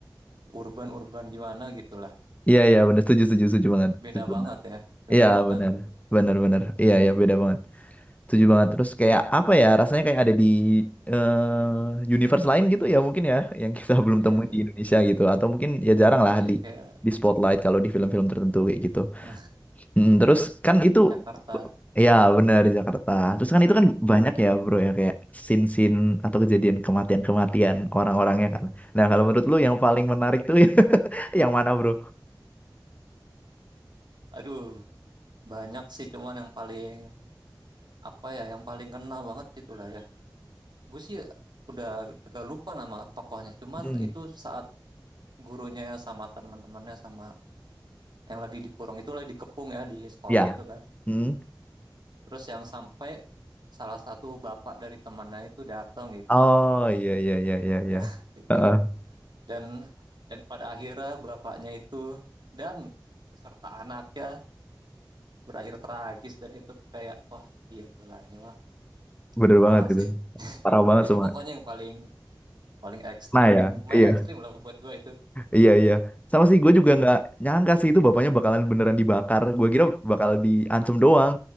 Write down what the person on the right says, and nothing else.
urban-urban gimana gitu lah.
Beda
banget
ya. Beda
banget
gitu.
Iya,
iya.
Iya
kayak
eh,
Jakarta.
Aduh, banyak sih cuman yang paling apa ya, yang paling kena banget itulah ya. Gue sih udah agak lupa nama tokohnya. Cuman
itu saat gurunya sama teman-temannya sama yang lagi dikurung itu lagi dikepung ya di sekolah
itu kan.
Terus yang sampai salah satu bapak dari temannya itu datang gitu.
Dah
<laughs> itu
dan dan pada akhirnya bapaknya itu dan beserta anaknya berakhir tragis dan itu kayak wah gila ini mah
parah
sih <laughs>
itu
pokoknya yang paling paling ekstrim
main
ekstrim
lah buat gua itu
Mm-mm.